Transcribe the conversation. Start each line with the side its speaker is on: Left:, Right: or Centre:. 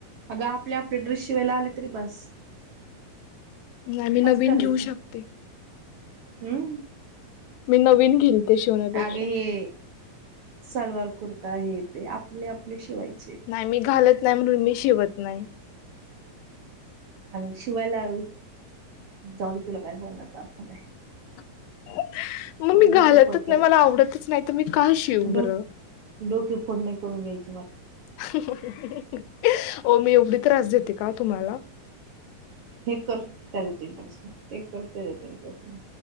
Right: अग आपली आपली ड्रेस शिवायला आली तरी बस
Left: नाही मी नवीन
Right: असं करायचं
Left: घेऊ शकते
Right: हम्म
Left: मी नवीन घेईल. ते शिवण्यापेक्षा
Right: अग हे सलवार कुर्ता हे ते आपले आपल्या शिवायचे.
Left: नाही मी घालत नाही म्हणून मी शिवत नाही.
Right: अ शिवायला जाऊ दे तुला काय बोलणार त अर्थ नाही.
Left: मग
Right: कुठे
Left: मी
Right: डोके
Left: घालतच
Right: फोड करत
Left: नाही मला आवडतच नाही तर मी का शिव
Right: डो
Left: बरं?
Right: डोके फोडणे करून घ्यायचे.
Left: ह ह ह हो मी एवढी त्रास देते का तुम्हाला?
Right: हे कर त्या चच ते करते त्याच इंटरेस्ट